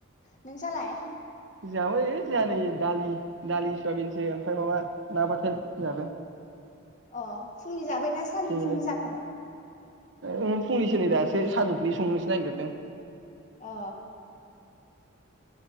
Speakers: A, on the left; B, on the right.
A: नों सालाय
B: जोहाबो ओइ जोंहा नै दालि दालि सयाबिनसो ओमफ्राय माबा ना बाथोन जोहाबो
A: अ फुंनि जाबायना सानजुफुनि
B: बेनो
A: जाखाबाय
B: ओ फुंनिसो नै दासो सानजुफुनि संनोसो नागिरदों
A: अ